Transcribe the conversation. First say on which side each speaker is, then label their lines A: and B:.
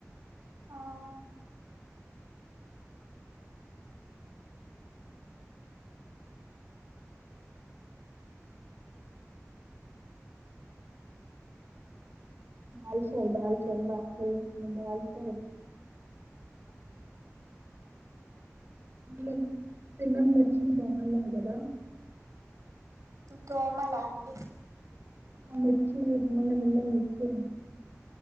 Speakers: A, on the right; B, on the right.
A: అవును
B: బల్శాయి బాల్శాయి బక్స బాల్శ యి మనం తిన్న మిర్చులు బాగున్నాయి కదా
A: దోమలా అండి
B: ఆ మిర్చీలు మొన్న తిన్నాం మిర్చిలు